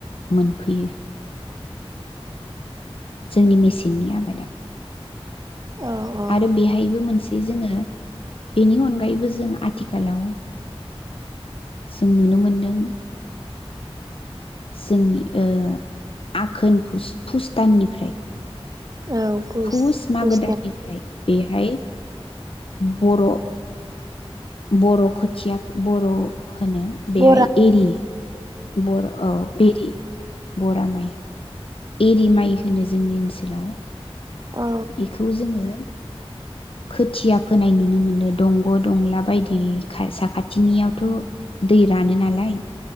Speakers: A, on the left (about 65°); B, on the right (about 35°).
A: मोनफैयो। जोंनि मेसेंनि आबादा।
B: औ औ
A: आरो बेहायबो मोनसे बो जोङो बेनि अनगायैबो जों आथिखालाव जों नुनो मोनदों जोंनि ओ आघोन फुस फुस दाननिफ्राय
B: औ पुस
A: फुस मागो
B: पुस
A: दाननिफ्राय
B: दान
A: बेहाय बर' बर' खोथिया बर' होनो बेहाय
B: बरा
A: एरि बरा औ बे बे बरा माइ एरि माइ होनो जोंनि ओन्सोलाव।
B: औ
A: बेखौ जोङो खोथिया फोनाय नुनो मोनो दंग दंला बायदि साखाथिनियावथ दै रानो नालाय